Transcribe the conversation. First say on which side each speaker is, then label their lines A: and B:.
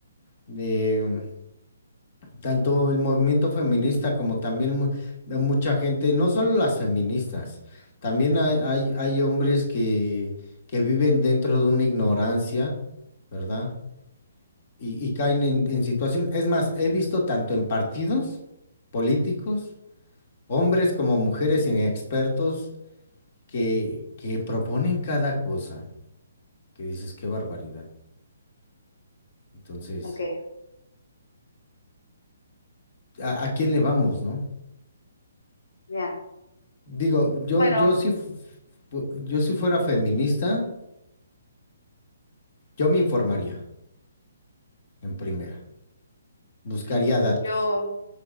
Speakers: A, on the left; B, on the left.
A: De
B: Mm,
A: tanto el movimiento feminista como también mu- de mucha gente, no solo las feministas, también hay, hay- hay hombres que, que viven dentro de una ignorancia, ¿verdad? Y, y caen en, en situaciones, es más, he visto tanto en partidos políticos, hombres como mujeres inexpertos que, que proponen cada cosa, que dices, qué barbaridad. Entonces...
B: Ok,
A: a, a quién le vamos, ¿no?
B: ya.
A: Digo, yo,
B: Bueno,
A: yo si, fu- fu- yo si fuera feminista, yo me informaría en primera, buscaría datos.
B: yo...